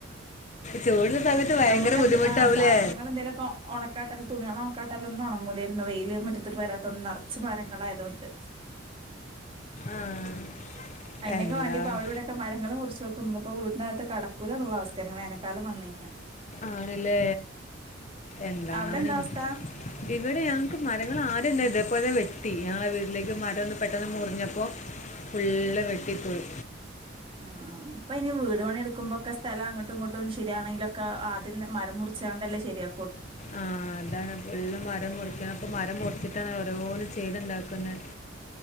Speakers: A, on the left (about 35°); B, on the right (about 30°).
A: ചൂടുള്ള സമയത്ത് ഭയങ്കര
B: നമക്ക് എന്തേ
A: ബുദ്ധിമുട്ടാവൂലേ
B: ആ സാധനങ്ങൾ എന്തേലൊക്ക ഒണക്കാട്ടാല് തുണികള <unintelligible> ഉണങ്ങൂലേരുന്നു വെയിൽ മുറ്റത്തേക്ക് വരാത്തൊണ്ട് നിറച്ച് മര ളായതോണ്ട്
A: ആഹ്
B: അയ്നക്കെ
A: എന്താണ്
B: വേണ്ടിപ്പോ അവിടെ ഇവ്‌ടെക്കെ മരങ്ങള് മുറിച്ചു വെക്കുമ്പോ ഇന്നിപ്പോ വീടിനകത്ത് കെടക്കൂലന്നുള്ള അവസ്ഥയാണ് മെന തല മണ്ണയ്ഞ
A: ആണ്ല്ലേ. എന്താണ്
B: അവിടെ എന്താ അവസ്ഥ
A: ഇവടെ ഞങ്ങക്ക് മരങ്ങളാദ്യം ണ്ടാര്ന്നില്ല ഇപ്പൊതെ വെ ട്ടി ഞങ്ങളെ വീട്ടിലേക്ക് മരൊന്ന് പെട്ടെന്ന് മുറിഞ്ഞപ്പോ ഫുള്ള് വെട്ടി പോയി
B: ആഹ് ആഹ് അപ്പ ഇനി വീട് പണി എടുക്കുമ്പൊക്കെ സ്ഥലം അങ്ങട്ടും ഇങ്ങട്ടും ട്ടും ശരിയാണെങ്കിലൊക്കെ ആദ്യം മരം മുറിച്ചാണ്ടല്ലേ ശരിയാ
A: ആഹ് അതാണ് ഫുള്ള് മരം മുറിക്കണം ഇപ്പ മരം മുറിച്ചിട്ടാണ് ഓരോര് ചെയ്തുണ്ടാക്കുന്നെ.